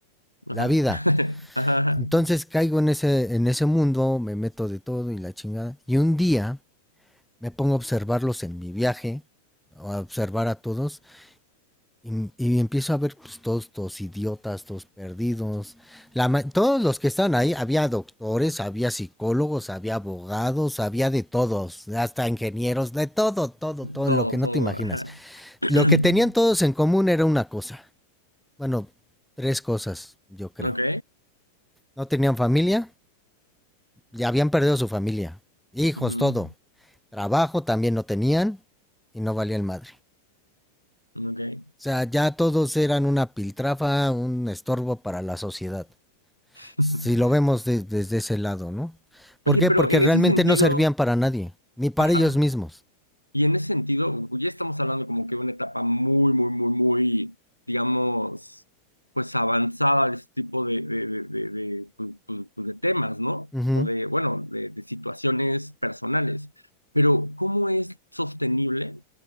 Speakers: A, in the centre; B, on the left (about 85°).
A: la
B: ajá.
A: vida.
B: <laughs> Ajá, ajá.
A: Entonces caigo en ese, en ese mundo, me meto de todo y la chingada. Y un día me pongo a observarlos en mi viaje, a observar a todos, y, y empiezo a ver pues, todos, todos idiotas, todos perdidos. La ma- todos los que estaban ahí, había doctores, había psicólogos, había abogados, había de todos, hasta ingenieros, de todo, todo, todo,
B: Todo,
A: en lo que no
B: todo,
A: te imaginas.
B: ajá. <clears throat>
A: Lo que tenían todos en común era una cosa. Bueno, tres cosas, yo creo.
B: Ok.
A: No tenían familia, ya habían perdido su familia, hijos,
B: ujú,
A: todo. Trabajo también no tenían y no valía el madre.
B: Ok.
A: O sea, ya todos eran una piltrafa, un estorbo para la sociedad.
B: <laughs>
A: Si lo vemos de- desde ese lado, ¿no? ¿Por
B: Oye,
A: qué?
B: pero
A: Porque
B: en
A: realmente
B: ese sentido,
A: no servían para nadie, ni para
B: ajá,
A: ellos mismos.
B: y en ese sentido, u- ya estamos hablando como que de una etapa muy, muy, muy, muy, digamos, pues avanzada de este tipo de, de, de, de, de, pues, pues, pues, de temas, ¿no?
A: Ujú,
B: O de, bueno, de, de situaciones personales. Pero, ¿cómo es sostenible?